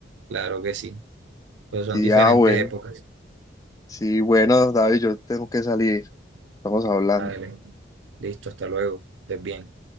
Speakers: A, on the right; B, on the left.
A: claro que sí, pero son
B: Sí,
A: diferentes
B: ah, bueno.
A: épocas.
B: Sí, bueno, David, yo tengo que salir. Estamos hablando.
A: Dale. Listo, hasta luego, estés bien.